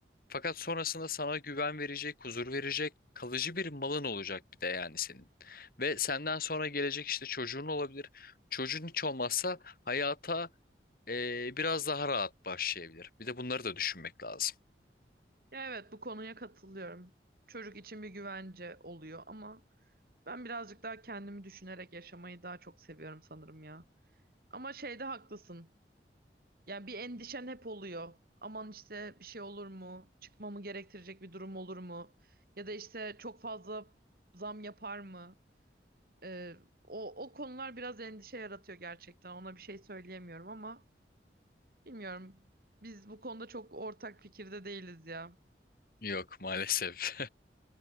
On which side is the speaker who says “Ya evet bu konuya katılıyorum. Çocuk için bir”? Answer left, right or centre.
Right